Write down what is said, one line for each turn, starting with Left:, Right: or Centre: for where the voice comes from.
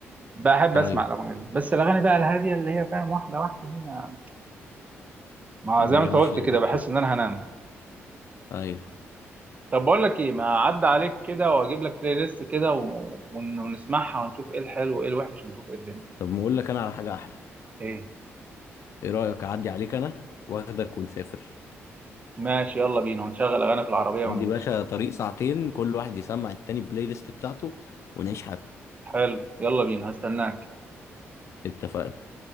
Right: بحب
Left: ايوه
Right: اسمع الاغاني دي بس الاغاني بقى الهاديه اللي هي فاهم واحده واحده دي ما, ما
Left: انا
Right: زي
Left: م-
Right: ما انت قلت
Left: مش لعبتك
Right: كده بحس
Left: دي
Right: ان انا هنام
Left: ايوه
Right: طب بقول لك ايه ما اعدي عليك كده واجيب لك بلاي ليست كده و... ون... ونسمعها ونشوف ايه الحلو وايه الوحش ونشوف ايه الدنيا
Left: طب ما اقول لك انا على حاجه احلى
Right: ايه
Left: ايه رايك اعدي عليك انا واخدك ونسافر
Right: ماشي يلا بينا ونشغل اغاني في العربيه
Left: وادي
Right: ونعيش
Left: باشا طريق ساعتين كل واحد يسمع التاني البلاي ليست بتاعته ونعيش حياتنا
Right: حلو يلا بينا هستناك
Left: اتفقنا يلا